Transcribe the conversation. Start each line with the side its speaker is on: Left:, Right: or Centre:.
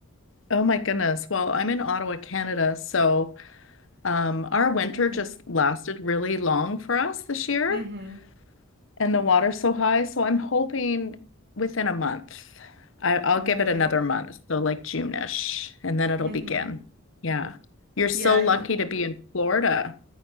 Left: Oh my goodness. Well, I'm in Ottawa, Canada, so um, our winter
Right: Oh,
Left: just lasted really long for us this year.
Right: hmm
Left: and the water's so high. So I'm hoping within a month. I, I'll
Right: Right.
Left: give it another month, so like June-ish, and then it'll
Right: hmm
Left: begin. Yeah. You're so
Right: Yeah.
Left: lucky to be in Florida.